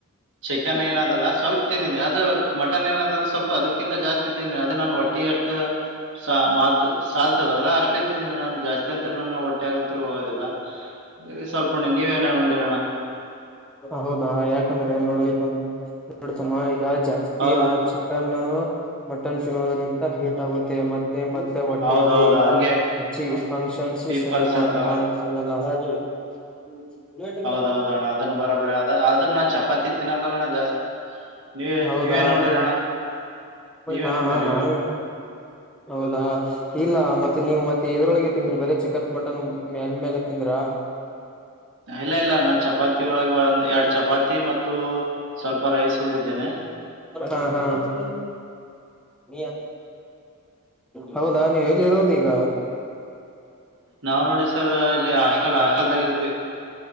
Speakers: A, on the right; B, in the centre.
A: ಚಿಕನ್ ಏನದಲ್ಲ ಸ್ವಲ್ಪ್ ತಿಂದಿನಿ ಅದು. ಮಟನ್ ಏನದಲ್ ಸ್ವಲ್ಪ ಅದಕ್ಕಿಂತ ಜಾಸ್ತಿ ತಿನ್ ಅದು ನಾನ ಒಟ್. ಒಟ್ಟಿ ಅಷ್ಟ ಸ ಮಾತ್ ಸಾಲ್ತದ ಅದ್ರ ಅಷ್ಟೇ ತಿಂದಿನಿ ನಾನು ಜಾಸ್. ತ್ಯಂತ್ರ ನನ್ನ ಒಟ್ಟೆಗಂತ್ರು ಹೋಗದಿಲ್ಲ ಸ್ವಲ್ಪ ಉಣ್ಣ್ ನೀವ್ ಏನರ ಉಂಡಿರೆಣೊ.
B: ಹೌದಾ ಯಾಕಂದ್ರೆ ನೋಡು ನೋಡ್ತಮ್ಮ ಈಗ ಜಾಸ್ತಿ
A: ಹೌದು
B: ಇಲ್ಲಾ ಚಿಕನ್ನು. ಮಟನ್ ತಿನ್ನೋವದರಿಂದ ಹೀಟ್ ಆಗುತ್ತೆ ಮತ್ತೆ ಮತ್ತೆ ಹೊಟ್ಟೆಯಲ್ಲಿ
A: ಹೌದೌದು
B: ಎಲ್ಲ.
A: ಹಂಗೆ
B: ಹೆಚ್ಚಿಗೆ ಫಂಕ್ಷನ್ಸು
A: ಪಿಂಪಲ್ಸ್
B: ಸರಿಯಾಗ್ ಮಾ
A: ಆತ
B: ಮಾಡಕ್ ಆಗಲ್ಲ ಅದ್ರು. <inaudible>
A: ಹೌದೌದು ಅಣ್ಣ ಅದನ್ನು ಬರೋಬರಿ ಅದ ಆದ್ರೂ ನಾ ಚಪಾತಿ ತಿನ್ನಲ್ಲ ಅಣ್ಣ ಜಾಸ್ತಿ ನೀವೇ
B: ಹೌದಾ.
A: ನೀವೇನ್ ಉಂಡಿರಿ ಅಣ್ಣ ನೀವೇನ್
B: ಹಾ
A: ಉಂಡಿರಿ
B: ಹಾ ನಾನು.
A: ಇವಾಗ
B: ಹೌದಾ ಇಲ್ಲ ಮತ್ತೆ ನೀವ್ ಮತ್ತೆ ಯದ್ರೊಳಗೆ ತಿಂದ್ರಿ ಬರೇ ಚಿಕನ್ ಮಟನ್ ಮೇಲ್ ಮೆಗೆ ತಿಂದ್ರ್. ದ್ರ.
A: ಇಲ್ಲ ಇಲ್ಲ ನಾ ಚಪಾತಿ ಒಳಗ್. ಒಳಗ್ ಒಂದ್ ಎರಡ್ ಚಪಾತಿ ಮತ್ತು ಸ್ವಲ್ಪ ರೈಸ್ ಉಂಡಿದಿನಿ.
B: ಹಾ ಹಾ <inaudible> ಹೌದಾ ನಿವ್ ಎಲ್ಲಿರೋದಿಗ.
A: ನಾವ್ ನೋಡಿ ಸರಾ ಇಲ್ಲಿ ಹಾಸ್ಟೆಲ್ ಹಾಸ್ಟೆಲ್ದಾಗ್ ಇರ್ತಿವ್.